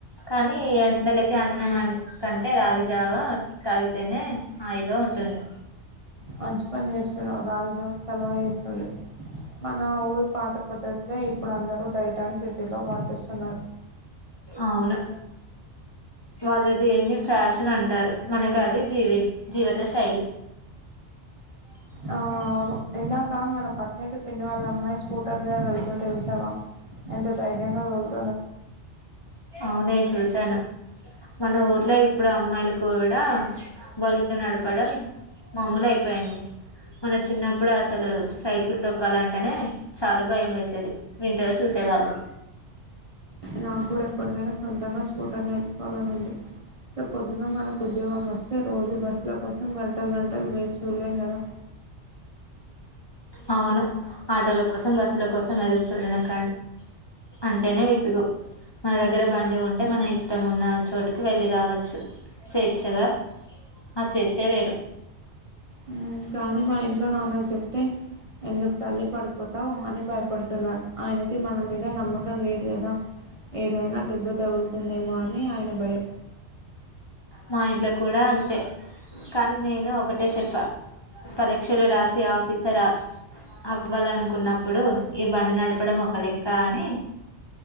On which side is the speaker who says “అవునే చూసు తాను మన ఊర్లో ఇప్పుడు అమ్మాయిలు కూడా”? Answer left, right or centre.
Left